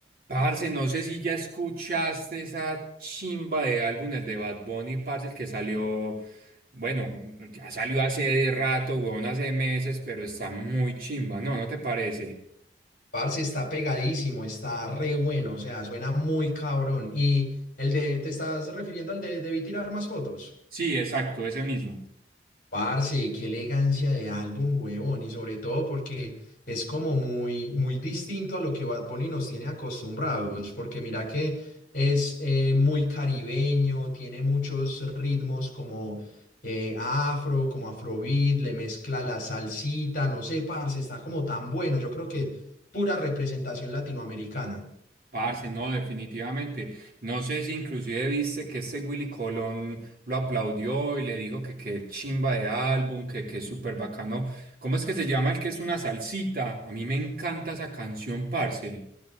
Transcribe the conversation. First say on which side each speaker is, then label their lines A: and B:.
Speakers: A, on the right; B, on the left.
A: Parce, no sé si ya escuchaste esa chimba de álbum, el de Bad Bunny, parce, el que salió, bueno, ya salió hace rato, weón, hace meses, pero está muy chimba, ¿no? ¿No te parece?
B: Parce, está pegadísimo, está re bueno, o sea, suena muy cabrón. ¿Y el de, te estás refiriendo al de debí tirar más fotos?
A: Sí, exacto, ese mismo.
B: Parce, qué elegancia de álbum, huevón, y sobre todo porque es como muy, muy distinto a lo que Bad Bunny nos tiene acostumbrados, porque mira que es eh, muy caribeño, tiene muchos ritmos como eh, afro, como afrobeat, le mezcla la salsita, no sé, parce, está como tan bueno, yo creo que pura representación latinoamericana.
A: Parce, no, definitivamente. No sé si inclusive viste que este Willy Colón lo aplaudió y le dijo que qué chimba de álbum, que qué súper bacano. ¿Cómo es que se llama el que es una salsita? A mí me encanta esa canción, parce.